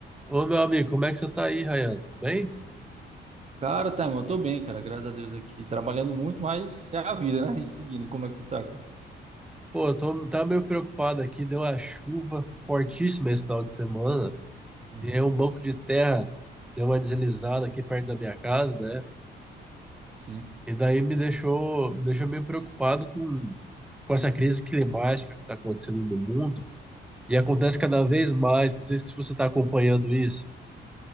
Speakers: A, in the centre; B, on the right (about 35°).
A: Ô, meu amigo, como é que você tá aí, Ryan? Bem?
B: Cara, tá, irmão, eu tô bem, cara, graças a Deus aqui. Trabalhando muito, mas é a vida, né? A gente seguindo. Como é que tu tá, cara?
A: Pô, eu tô, tava meio preocupado aqui. Deu uma chuva fortíssima esse final de semana.
B: Uhum.
A: E aí um banco de terra deu uma deslizada aqui perto da minha casa, né?
B: Sim.
A: E daí me deixou, me deixou meio preocupado com, com essa crise climática que tá acontecendo no mundo. E acontece cada vez mais. Não sei se você tá acompanhando isso.